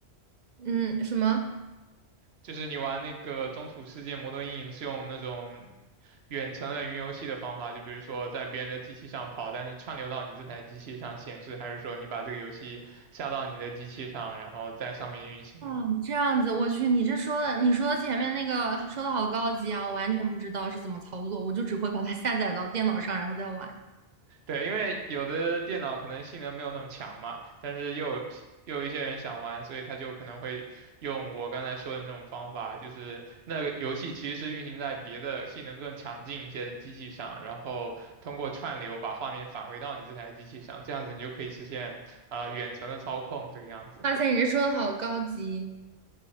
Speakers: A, on the right; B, on the right.
A: 嗯，什么？
B: 就是你玩那个《中土世界魔盾印》是用那种远程的云游戏的方法，就比如说在别人的机器上跑，但是串流到你这台机器上显示，还是说你把这个游戏下到你的机器上，然后在上面运行呢？
A: 嗯，这样子，我去，你这说的，你说的前面那个说的好高级啊，我完全不知道是怎么操作，我就只会把它下载到电脑上，然后再玩。
B: 对，因为有的电脑可能性能没有那么强嘛，但是又有又有一些人想玩，所以他就可能会用我刚才说的那种方法，就是那个游戏其实是运行在别的性能更强劲一些的机器上，然后通过串流把画面返回到你这台机器上，这样子你就可以实现呃远程的操控这个样子。
A: 哇塞，你这说的好高级